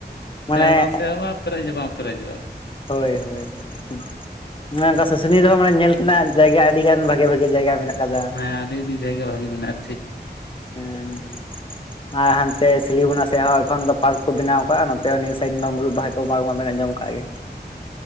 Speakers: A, on the left; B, on the left.
A: ᱢᱟᱱᱮ
B: ᱛᱮ ᱦᱚᱸ ᱵᱟᱝ ᱥᱮ ᱦᱚᱸᱵᱟᱝ ᱯᱮᱨᱮᱡ ᱦᱚᱸ ᱵᱟᱝ ᱯᱮᱨᱮᱡᱚᱜᱼᱟ
A: ᱦᱳᱭ ᱦᱳᱭ ᱦᱩᱸ ᱟᱱᱮ ᱚᱱᱠᱟ ᱥᱩᱥᱱᱤᱭᱳ ᱨᱮᱦᱚᱸ ᱢᱟᱱᱮ ᱧᱮᱞ ᱛᱮᱱᱟᱜ ᱡᱟᱭᱜᱟ ᱟᱹᱰᱤ ᱜᱟᱱ ᱵᱷᱟᱜᱮ ᱵᱷᱟᱜᱮ ᱡᱟᱭᱜᱟ ᱢᱮᱱᱟᱜ ᱠᱟᱫᱟ
B: ᱦᱮᱸ ᱟᱹᱰᱤ ᱟᱹᱰᱤ ᱡᱟᱭᱜᱟ ᱵᱷᱟᱜᱤ ᱢᱮᱱᱟᱜᱼᱟ ᱴᱷᱤᱠ
A: ᱦᱩᱸ ᱟᱨ ᱦᱟᱱᱛᱮ ᱥᱤᱞᱤᱵᱚᱱᱟ ᱥᱮᱫ ᱦᱚᱸ ᱮᱠᱷᱚᱱ ᱫᱚ ᱯᱟᱨᱠ ᱠᱚ ᱵᱮᱱᱟᱣ ᱠᱟᱜᱼᱟ ᱱᱚᱛᱮ ᱦᱚᱸ ᱱᱤᱭᱟᱹ ᱥᱟᱭᱤᱴ ᱢᱟ ᱢᱩᱨᱩᱫ ᱵᱟᱦᱟ ᱠᱚ ᱢᱟᱲ ᱢᱟ ᱵᱮᱱ ᱟᱸᱡᱚᱢ ᱠᱟᱜ ᱜᱮᱭᱟ